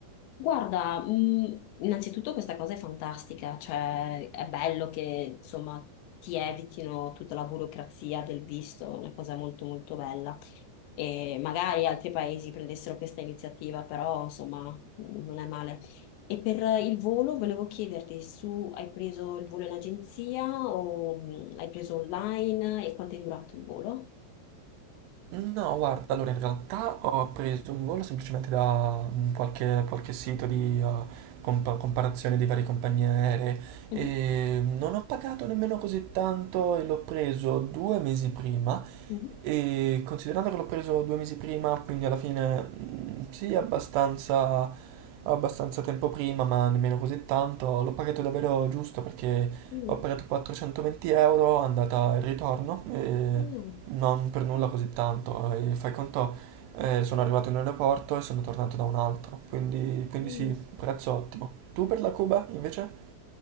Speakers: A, on the left; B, on the right.
A: Guarda, mh, innanzitutto questa cosa è fantastica, cioè è bello che insomma ti evitino tutta la burocrazia del visto, è una cosa molto molto bella. E magari altri paesi prendessero questa iniziativa, però insomma non è male. E per il volo volevo chiederti, su hai preso il volo in agenzia o mh, hai preso online e quanto è durato il volo?
B: No, guarda, allora in realtà ho preso un volo semplicemente da mm, qualche, qualche sito di eh, compa- comparazione di varie compagnie aeree
A: Mhm,
B: e non ho pagato nemmeno così tanto e l'ho preso due mesi prima
A: mhm.
B: e considerando che l'ho preso due mesi prima, quindi alla fine mm, sì, abbastanza, abbastanza tempo prima, ma nemmeno così tanto, l'ho pagato davvero giusto perché
A: Mm,
B: ho pagato 420 euro andata e ritorno. E
A: mm,
B: non per nulla così tanto, ehm, fai conto, ehm, sono arrivato in un aeroporto e sono tornato da un altro, quindi quindi
A: mm.
B: sì, prezzo ottimo. Tu per la Cuba invece?